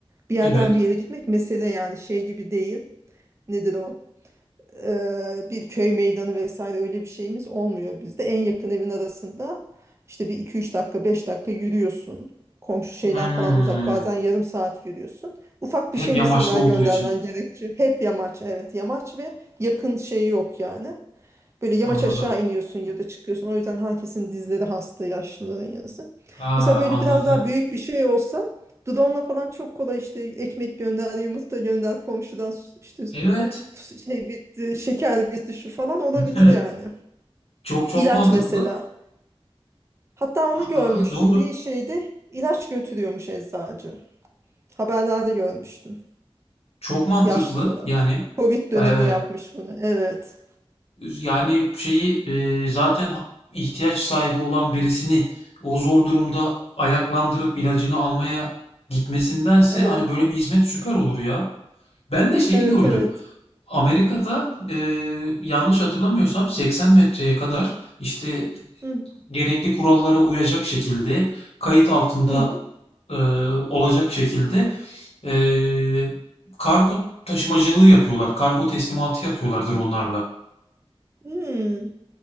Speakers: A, on the right; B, on the left.
A: Bir yerden
B: Evet.
A: bir yere gitmek mesele yani şey gibi değil nedir o Ee, bir köy meydanı vesaire öyle bir şeyimiz olmuyor bizde. En yakın evin arasında işte bir iki üç dakika 5 dakika yürüyorsun. Komşu şeyler
B: Hmm,
A: falan uzak bazen yarım saat yürüyorsun. Ufak
B: hep
A: bir şey
B: yamaçta
A: mesela
B: olduğu
A: göndermen
B: için
A: gerekçe. Hep yamaç evet yamaç ve yakın şey yok yani. Böyle yamaç
B: anladım.
A: aşağı iniyorsun ya da çıkıyorsun. O yüzden herkesin dizleri hasta yaşlıların yazı.
B: Aa,
A: Mesela böyle
B: anladım.
A: biraz daha büyük bir şey olsa drone'la falan çok kolay işte ekmek gönder, yumurta gönder, komşudan su- işte
B: Evet.
A: su- şey bitti, şeker bitti şu falan olabilir
B: <laughs>
A: yani.
B: Çok çok
A: İlaç
B: mantıklı.
A: mesela. Hatta onu
B: Aa,
A: görmüştüm.
B: doğru.
A: Bir şeyde ilaç götürüyormuş eczacı. Haberlerde görmüştüm
B: Çok mantıklı.
A: yaşlılara.
B: Yani
A: Covid dönemi
B: eee,
A: yapmış bunu. Evet.
B: Yani şeyi e, zaten ihtiyaç sahibi olan birisini o zor durumda ayaklandırıp ilacını almaya gitmesindense
A: Evet.
B: hani böyle bir hizmet süper olur ya. Ben de şeyi
A: Evet,
B: gördüm.
A: evet.
B: Amerika'da e, yanlış hatırlamıyorsam 80 metreye kadar işte
A: Hı
B: gerekli kurallara uyacak şekilde kayıt altında
A: hı. hı.
B: e, olacak şekilde e, kargo taşımacılığı yapıyorlar. Kargo teslimatı yapıyorlardır onlarla.
A: Hmm.